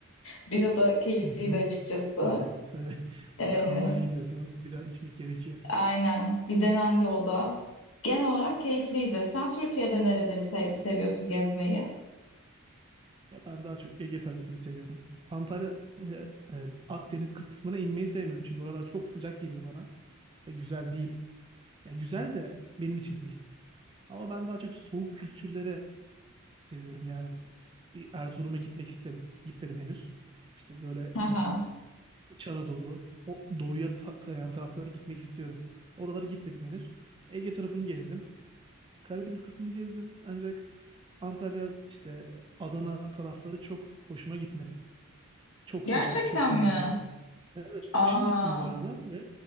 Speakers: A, on the left (about 70°); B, on the right (about 25°).
A: Bira da keyifliydi
B: Hı hı.
A: açıkçası.
B: Tabii tabii.
A: Ee,
B: <laughs> Almanya'ya gidiyorsanız bir daha içmek gerekiyor.
A: aynen. Bir denendi o da. Genel olarak keyifliydi. Sen Türkiye'de nereleri sev- seviyorsun gezmeyi?
B: Ya ben daha çok Ege tarafını seviyorum. Antalya, e, e, Akdeniz kısmına inmeyi sevmiyorum. Çünkü oralar çok sıcak geliyor bana. Ve güzel değil. Ya güzel de benim için değil. Ama ben daha çok soğuk kültürlere seviyorum. Yani bir Erzurum'a gitmek isterim. Gitmedim henüz. İşte böyle
A: Haha.
B: e, İç Anadolu, o doğuya ta- kayan taraflara gitmek istiyorum. Oralara gitmedim henüz. Ege tarafını gezdim. Karadeniz kısmını gezdim. Ancak Antalya, işte Adana tarafları çok hoşuma gitmedi. Çok
A: Gerçekten
B: sıcak, çok
A: mi?
B: nemli. Evet,
A: Aa,
B: kışın gittim bu arada ve